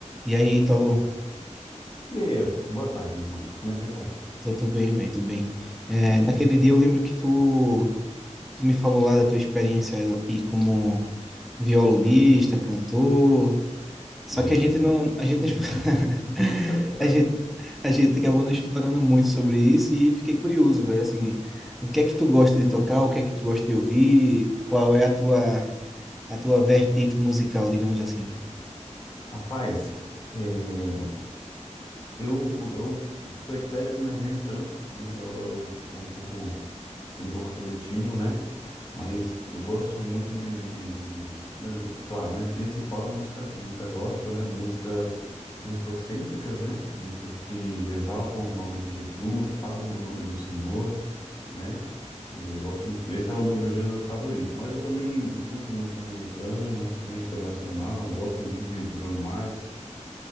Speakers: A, in the centre; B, on the left.
A: E aí, Ítalo,
B: E aí, Everton? Boa tarde, meu mano. Como é que você tá?
A: tô, tô bem, velho, tô bem. É,
B: Ih,
A: naquele dia eu lembro que tu, tu me falou lá da tua experiência e como violonista, cantor. Só
B: Meu
A: que a gente
B: Deus.
A: não, a gente não,
B: <laughs>
A: explo- <laughs> a gente, a gente acabou não explorando muito sobre isso e fiquei curioso, velho, assim, o que é que tu gosta de tocar, o que é que tu gosta de ouvir, qual é a tua, a tua vertente musical, digamos assim.
B: Rapaz, é, Eu, eu sou eclético, mas nem tanto, né? Eu, eu sou um pouco, um pouco seletivo, né? Mas eu gosto muito de, de- de- né? Claro, né? Principal é música, música gospel, né? Músicas cristocêntricas, né? Músicas que exaltam o nome de Jesus, falam do nome do Senhor, né? E eu gosto, esse é o meu, meu gênero favorito. Mas eu também escuto música americana, né? Internacional. Eu gosto muito de Bruno Mars.